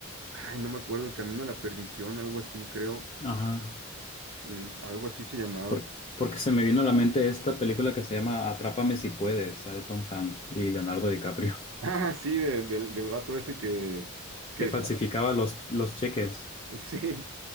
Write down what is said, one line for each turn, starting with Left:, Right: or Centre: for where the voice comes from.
Right: ay, no me acuerdo, el camino a la perdición, algo así, creo,
Left: Ajá.
Right: Mm, algo así se llamaba.
Left: Por-
Right: <laughs>
Left: porque se me vino a la mente esta película que se llama Atrápame si puedes, sale Tom Hanks y Leonardo DiCaprio,
Right: Ah, sí, de- del del vato este que,
Left: <laughs>
Right: que
Left: que falsificaba
Right: se-
Left: los, los cheques.
Right: <laughs> sí,